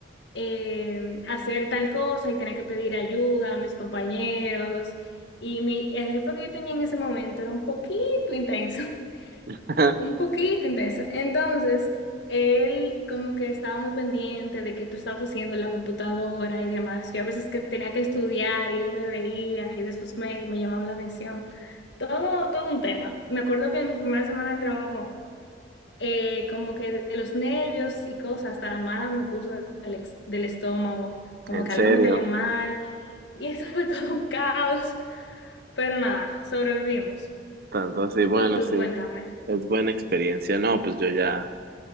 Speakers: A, on the left; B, on the right.
A: eh, hacer tal cosa y tenía que pedir ayuda a mis compañeros. Y mi, el jefe que yo tenía en ese momento era un poquito intenso. <laughs>
B: <laughs>
A: Un poquito intenso. Entonces, él como que estaba muy pendiente de que tú estabas haciendo en la computadora y demás. Yo a veces que tenía que estudiar y él me veía y de sus mails me llamaba la atención. Todo, todo un tema. Me acuerdo que en mi primera semana de trabajo, eh, como que de los nervios y cosas, hasta mala me puso del, ex- del estómago, como
B: En
A: que
B: serio.
A: algo me cayó mal y eso <laughs> fue todo un caos. Pero nada, sobrevivimos.
B: Entonces, sí, bueno,
A: Y tú
B: sí,
A: cuéntame.
B: es buena experiencia. No, pues yo ya.